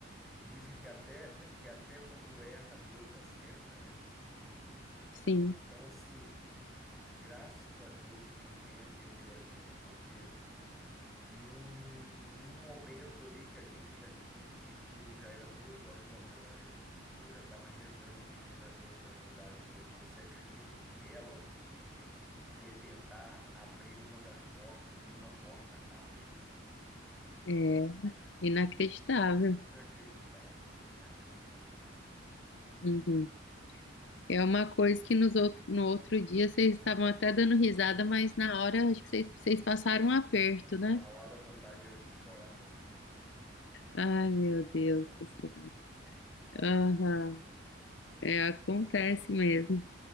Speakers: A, in the centre; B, on the left.
A: dizem que até que até quando erra, Deus acerta, né?
B: sim,
A: Então, assim, graças a Deus que ninguém atendeu a gente, porque Num, num momento ali que a gente já tinha desistido, já era duas horas da manhã, eu já estava rezando, pedindo a Deus para ajudar a gente. Você acredita que ela foi tentar abrir uma das portas e uma porta abriu?
B: é inacreditável.
A: Inacreditável, inacreditável.
B: Uhum. É uma coisa que nos outro, no outro dia vocês estavam até dando risada, mas na hora acho que vocês, vocês passaram um aperto, né?
A: A hora a vontade era de chorar muito.
B: Ai, meu Deus
A: sério.
B: do céu. Aham, é, acontece mesmo.